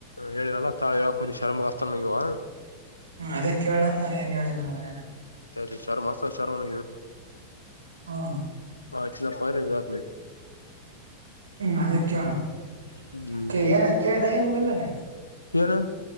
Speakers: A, on the left; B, on the right.
A: ಹೇಳರಲ್ಲ ತಾಳಿ ಹೇಳಿ ಶರ್ಮ ಅಸ್ತಾನಗವ
B: ಹ್ಮ ಅದೇ ಕೇಳ ನಾನನ್ ಏನ್ ಹೇಳಿಲ್ಲ ನನ್ನ ಮನನ
A: ್ು ಶರ್ಮ ಅಸ್ತ ಶರ್ಮ
B: ಹಾ
A: ಹಾ ಇತನ ಪಾರ ರತ್ನೆ
B: ಹ್ಮ್ ಅದೇ ಕೇಳ
A: ಹ್ಮ್
B: ಏನ ಕೇಳಿದ ಏನು ಇಲ್ಲ ನೀನು
A: ಏನು